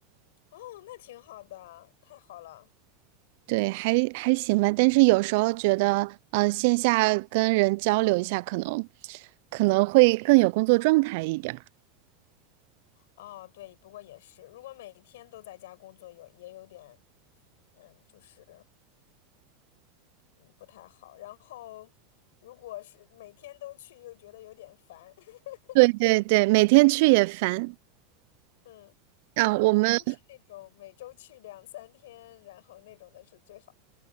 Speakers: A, on the left (about 75°); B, on the right (about 65°).
A: 哦，那挺好的，太好了。
B: 对，还还行吧。但是有时候觉得，呃，线下跟人交流一下，可能可能会更有工作状态一点儿。
A: 哦，对，不过也是，如果每天都在家工作，有也有点，嗯，就是嗯不太好。然后，如果是每天都去，又觉得有点烦。<laughs>
B: 对对对，每天去也烦
A: 嗯，
B: 啊，我们
A: 如果是那种每周去两三天，然后那种的是最好的。